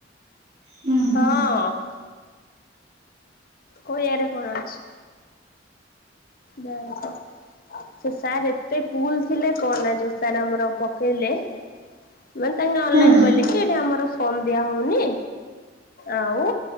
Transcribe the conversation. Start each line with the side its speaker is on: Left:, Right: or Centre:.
Right: ହୁଁ
Left: ହଁ।
Right: ହୁଁ
Left: କୋହିଆରେ କଣ ଅଛି? ଜାଣିଚ଼। ସେ ସାର୍ ଏତେ କୁଲ୍ ଥିଲେ କନା ଯୋଉ ସାର୍ ଆମର ପକେଇଲେ। ମାନେ ତାଙ୍କେ ଅନଲାଇନ୍
Right: ହୁଁ
Left: କହିଲେ କି ଏଠି ଆମର ଫର୍ମ ଦିଆ ହଉନି। ଆଉ